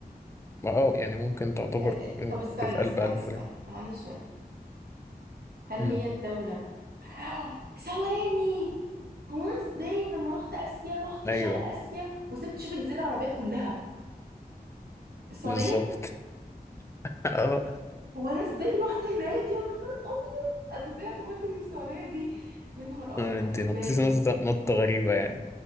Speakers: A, on the left; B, on the right.
A: ما اه يعني ممكن تعتبر
B: ال- ال- طب استنى
A: تتقال
B: استنى
A: بألف
B: استنى
A: ولام
B: أنا عندي سؤال هل
A: مم.
B: هي الدولة <gasps> ثواني هو أنا إزاي لما رحت آسيا رحت
A: ايوه
B: شرق آسيا وسبت شبه الجزيرة العربية كلها السعودية
A: بالظبط <laughs> اه
B: هو أنا إزاي رحت هناك يا نهار أبيض أنا إزاي اعتبرت إن السعودية دي يا نهار أبيض
A: انت
B: أنا إزاي
A: نطيتي نطة نطة غريبة يعني